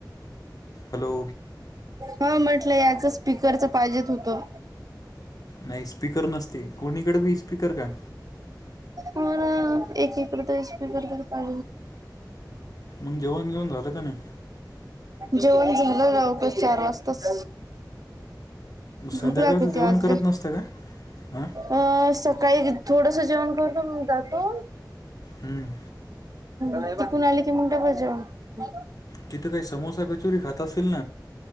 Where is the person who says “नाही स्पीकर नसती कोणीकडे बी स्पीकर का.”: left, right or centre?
Left